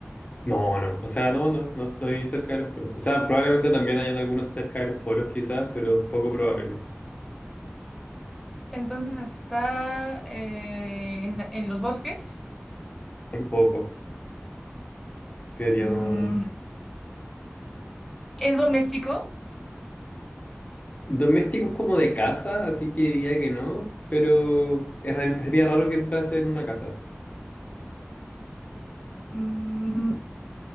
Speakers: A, on the left (about 35°); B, in the centre.
A: No, no, o sea, no, no, no estoy cerca de los polos. O sea, probablemente también hayan algunos cerca de los polos quizás, pero poco probable.
B: Entonces está eh, en, en los bosques.
A: Tampoco, creería,
B: Mm,
A: no, no.
B: es doméstico.
A: Domésticos como de casa, así que diría que no, pero es ra- sería raro que entrase en una casa.
B: Mm,